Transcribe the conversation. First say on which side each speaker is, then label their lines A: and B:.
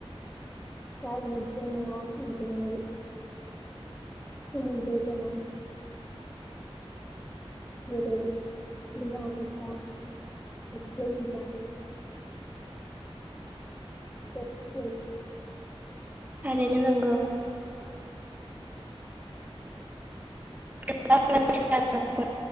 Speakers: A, on the left; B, on the right.
A: जाय मोनसे न'यव थोंजोङै सोमोन्दो गोनां जेरै बिमा बिफा बिबथै बिमादै ज'यै थायो।
B: थारैनो नंगौ। <unintelligible>